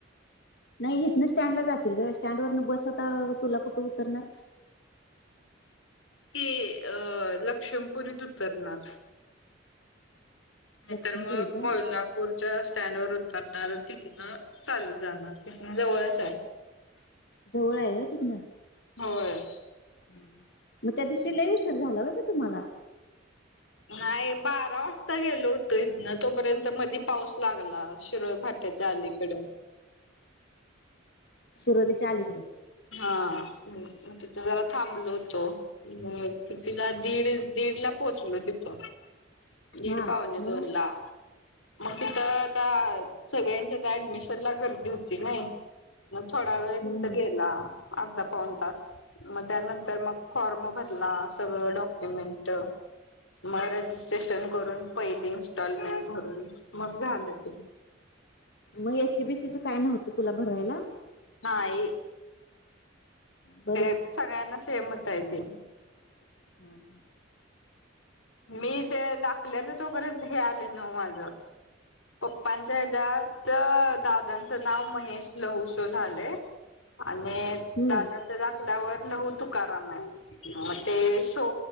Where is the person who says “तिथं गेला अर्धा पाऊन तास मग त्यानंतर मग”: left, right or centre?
Left